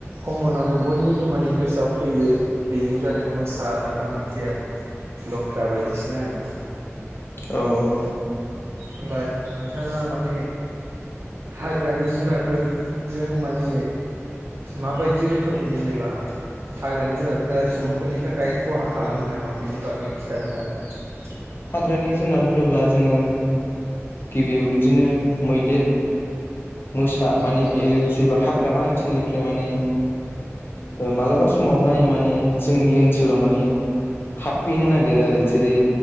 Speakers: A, on the right; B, on the left.
A: कमनावनो बयनिबो माने गोसोआव फैयो बेनो जादों मोसा एबा मैदेर लख्रा बायदिसिना आरोना ।
B: औ औ ।
A: होनबा नोंथाङा माने हाग्रानि जुनारफोरजों माने माबायदि रोखोमनि जेनेबा हाग्रानि जुनारफोरा सुबुंफोरनि थाखाय खहा खालामो नामा बिनि बागै खिन्थानो हागोन ।
B: हाग्रानि जुनार होनोब्ला जोङो गिबियाव <unintelligible> बिदिनो मैदेर, मोसा मानि
A: हागोन
B: बियो जेबो हाग्रा ओनस ओनसोलनिफ्राय माने मालाबा समावहाय माने जोंनि ओनसोलाव माने हाबफैनो नागिरो आरो जेरै